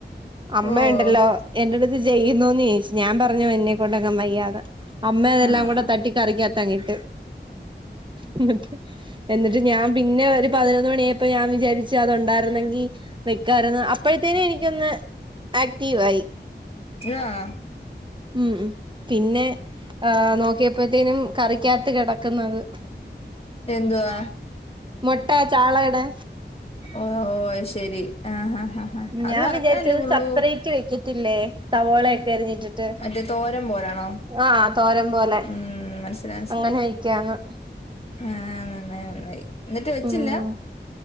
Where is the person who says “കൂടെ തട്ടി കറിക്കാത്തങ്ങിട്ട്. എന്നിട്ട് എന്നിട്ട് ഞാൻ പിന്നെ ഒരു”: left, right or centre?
Right